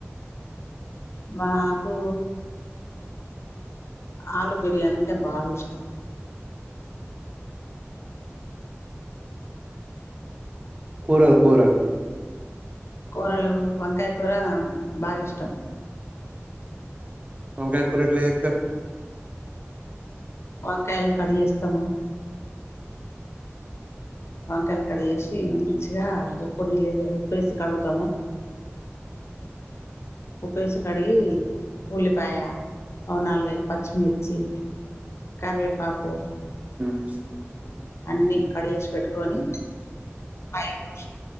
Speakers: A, on the left; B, on the right.
A: మాకు ఆలు బిర్యానీ అంటే బాగా ఇష్టం
B: కూరల్ కూరల్
A: కూరలు వంకాయ కూర బాగా ఇష్టం
B: వంకాకూర రేట్ల చేత్తరు
A: వంకాయలు కడిచెస్తాము వంకాయలు కడిగేసి మంచిగా ఉప్పు నీళ్ళ ఉప్పుేసి కడుగుతాము <inaudible> ఉప్పుేసి కడిగి ఉల్లిపాయ ఓ నాలుగైదు పచ్చిమిర్చి కార్వేపాకు
B: <inaudible>
A: అన్నిీ కడి చేేసి పెట్టుకొని ఆయిల్ పొశీ